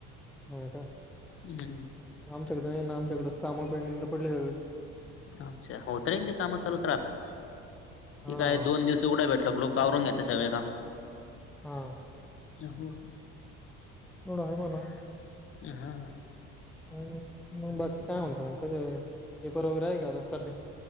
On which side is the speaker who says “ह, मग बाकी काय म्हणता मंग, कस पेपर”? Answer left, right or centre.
Centre